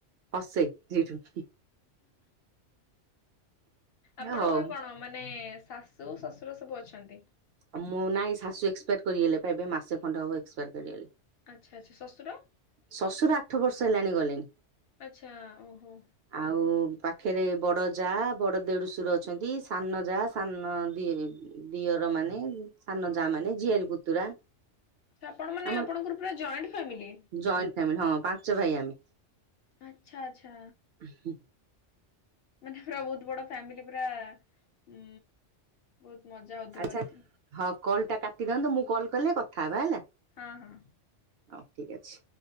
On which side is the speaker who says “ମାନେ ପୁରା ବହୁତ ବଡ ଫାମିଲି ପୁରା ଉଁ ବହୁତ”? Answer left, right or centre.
Left